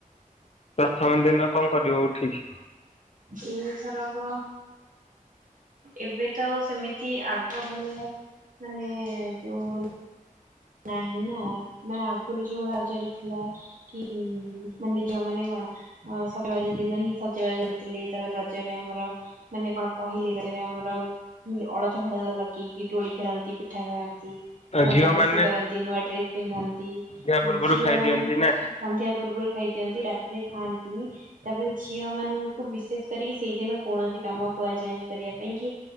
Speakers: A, on the left (about 45°); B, on the right (about 65°).
A: ପ୍ରଥମ ଦିନ କଣ କରିବ ଉଠିକି
B: ଏଇ ଥରକ ଏବେ ତ ଆଉ ସେମିତି ଆଗ ଭଳିଆ ମାନେ ଯୋଉ ନାହିଁ ନା ମାନେ ଆଗରୁ ଯୋଉ ଭଳି ରଜରେ ଥିଲା କି ହୁଁ ମାନେ ଯୋଉମାନେ କଣ ଅ ସଜବାଜ ଦିନ ହିଁ ସଜବାଜ ହଉଥିଲେ ତାପରେ ରଜରେ ଆମର ମାନେ କଣ ପହିଲି ରଜରେ ଆମର ଅଳତା ଫଳତା ଲଗେଇକି ଦୋଳି ଖେଳନ୍ତି ପିଠା ଖାଆନ୍ତି
A: ଆଉ
B: ମଜାମସ୍ତି
A: ଝିଅମାନେ
B: କରନ୍ତି ନୂଆ ଡ୍ରେସ ପିନ୍ଧନ୍ତି
A: ପୂର୍ବରୁ
B: ଝିଅ
A: ଖାଇଦିଅନ୍ତି
B: ମାନଙ୍କୁ
A: ନା।
B: ସନ୍ଧ୍ୟା ପୂର୍ବରୁ ଖାଇ ଦିଅନ୍ତି ରାତିରେ ଖାଆନ୍ତିନି ତାପରେ ଝିଅ ମାନଙ୍କୁ ବିଶେଷ କରିକି ସେଇଦିନ କୌଣସି କାମ କୁହାଯାଏନି କରିବା ପାଇଁ କି